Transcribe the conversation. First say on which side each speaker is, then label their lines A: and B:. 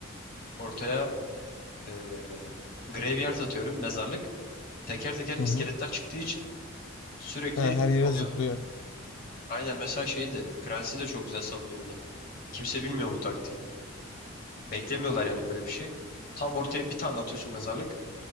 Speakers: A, on the left; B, on the left.
A: Ortaya eee graveyard atıyorum. Mezarlık. Teker teker
B: Hı
A: iskeletler
B: hı.
A: çıktığı için sürekli
B: Ha, her yere
A: oluyor.
B: zıplıyor.
A: Aynen mesela şeyi de Prensi de çok güzel savunuyor öyle. Kimse bilmiyor bu taktiği. Beklemiyorlar yani böyle bir şey. Tam ortaya bir tane atıyorsun mezarlık.